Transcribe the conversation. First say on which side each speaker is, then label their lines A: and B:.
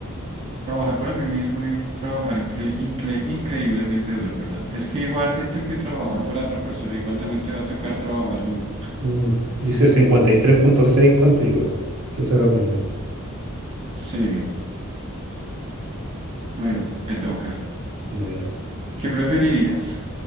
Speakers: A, on the right; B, on the right.
A: Trabajar para mí mismo y trabajar incre- incre- increíblemente duro, perdón. Es que igual siento que trabajar para otra persona igual también te va a tocar trabajar duro.
B: Mm, Dice 53.6 contigo. Piensa lo mismo.
A: Sí, bueno, me toca.
B: Dale.
A: ¿Qué preferirías?